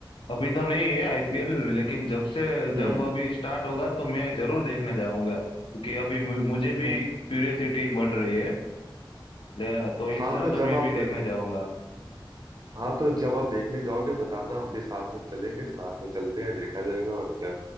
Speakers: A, on the left; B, on the right.
A: अभी तो नहीं है आईपीएल लेकिन जब से जब
B: हम्म
A: अभी स्टार्ट होगा तो मैं जरूर देखने जाऊंगा क्योंकि अभी मु- मुझे भी
B: हम्म।
A: क्यूरियोसिटी बढ़ रही है ले- तो इस
B: हाँ
A: साल
B: तो
A: तो
B: जब
A: मैं
B: आप
A: भी देखने जाऊंगा
B: हाँ तो जब आप देखने जाओगे बताना हम भी साथ में चलेंगे साथ में चलते हैं देखा जाएगा और क्या